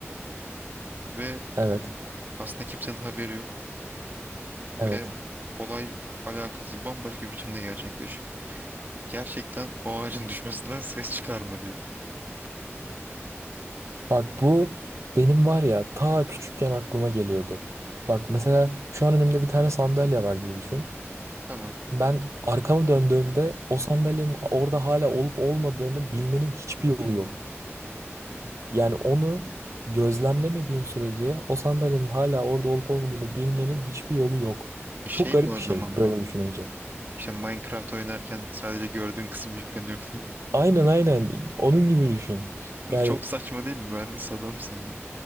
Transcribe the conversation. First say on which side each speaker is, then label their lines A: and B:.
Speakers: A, on the right; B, on the right.
A: ve
B: Evet.
A: aslında kimsenin haberi yok
B: Evet.
A: ve olay alakasız bambaşka bir biçimde gerçekleşiyor. Gerçekten o ağacın <laughs> düşmesinden ses çıkar mı diyor.
B: Bak bu benim var ya ta küçükken aklıma geliyordu. Bak mesela şu an önümde bir tane sandalye var gibi düşün.
A: Tamam.
B: Ben arkamı döndüğümde o sandalyenin orada hala olup olmadığını bilmenin hiçbir yolu yok. Yani onu gözlemlemediğin sürece o sandalyenin hala orada olup olmadığını bilmenin hiçbir yolu yok.
A: E şey
B: Çok garip
A: mi o
B: bir
A: zaman
B: şey böyle
A: bu?
B: düşününce.
A: İşte Minecraft oynarken sadece gördüğün kısım yükleniyor
B: Aynen aynen onun gibi düşün.
A: Oğlum
B: Yani
A: Çok saçma değil mi? Mühendis adamsın ya.